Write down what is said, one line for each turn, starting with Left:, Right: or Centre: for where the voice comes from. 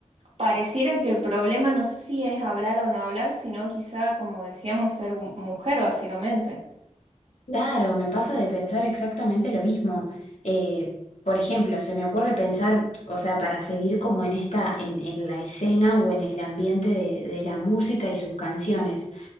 Right: pareciera que el problema no sé si es hablar o no hablar, sino quizá, como decíamos, ser mu- mujer básicamente.
Left: Claro, me pasa de pensar exactamente lo mismo. Eh, por ejemplo, se me ocurre pensar, o sea, para seguir como en esta, en, en la escena o en el ambiente de, de la música y sus canciones.